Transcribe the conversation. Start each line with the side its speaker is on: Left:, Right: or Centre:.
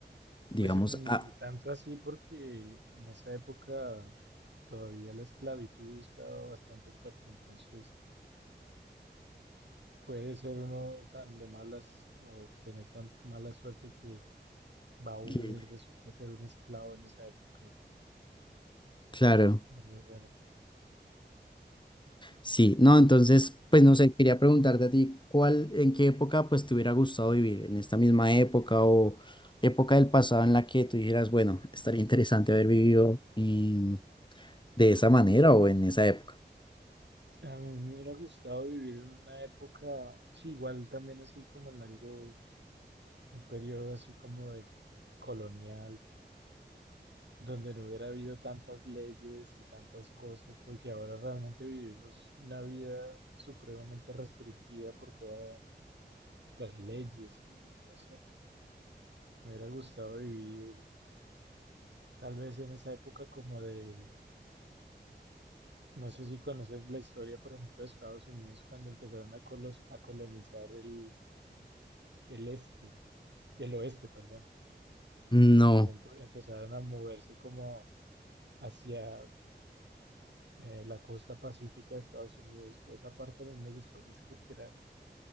Left: digamos,
Right: Pues ni
Left: ah,
Right: tanto así porque en esa época todavía la esclavitud estaba bastante fuerte, entonces puede ser uno tan de malas o tener tan mala suerte que va uno
Left: que-
Right: y resulta ser un esclavo en esa época. y
Left: claro,
Right: No muy bueno.
Left: sí. No, entonces, pues no sé, quería preguntarte a ti, ¿cuál, en qué época, pues te hubiera gustado vivir? ¿En esta misma época o época del pasado en la que tú dijeras, bueno, estaría interesante haber vivido em, de esa manera o en esa época?
Right: A mí me hubiera gustado vivir en una época, sí, igual también así como en algo, un periodo así como de colonial, donde no hubiera habido tantas leyes y tantas cosas, porque ahora realmente vivimos una vida supremamente restringida por todas las leyes y no sé, me hubiera gustado vivir tal vez en esa época como de, no sé si conoces la historia, por ejemplo, de Estados Unidos cuando empezaron a, colos- a colonizar el, el este, el oeste, perdón.
Left: No,
Right: cuando empe- empezaron a moverse como hacia eh, la costa pacífica de Estados Unidos. Esa parte a mí me gustó mucho porque eran